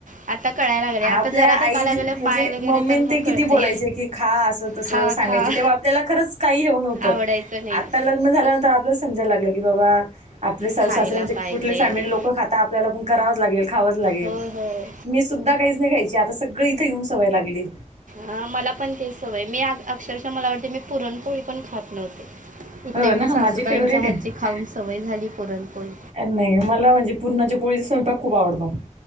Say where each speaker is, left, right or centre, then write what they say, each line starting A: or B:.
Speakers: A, on the right (about 80°); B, on the right (about 65°).
A: आता कळायला लागले आता
B: आपल्या
A: जरा
B: आई
A: दुखायला लागलं
B: म्हणजे
A: पाय वगैरे
B: मम्मी
A: तर मग
B: ते किती
A: कळते
B: बोलायचे कि खा असं. तस
A: खा
B: सांगायची
A: खा
B: तेव्हा आपल्याला खरंच काही हे नव्हतं,
A: आवडायचं नाही
B: आता ल लग्न झाल्यांतर आपल्याला समजा लागलं की बाबा आपले सासु
A: खायला
B: सासरे म्हणजे
A: पाहिजे
B: कुठली फॅमिली लोकं खाता आपल्याला पण करावच लागेल खावंच लागेल.
A: होय होय
B: मी सुद्धा काहीच नाही खायची आता सगळी इथं येेऊन सवय लागली.
A: ह मला पण ते सवय मी अक्षरशः मला वाटते मी पुरणपोळी पण खात नव्हतो. इथ
B: हो
A: येऊन
B: ना माझी
A: सासूबाईंच्या
B: फेवरेट आहे
A: हातची खाऊन सवय झाली पुरणपोळी.
B: नाही मला म्हणजे पूर्णाच्या पोळीचा स्वयंपाक खूप आवडतो.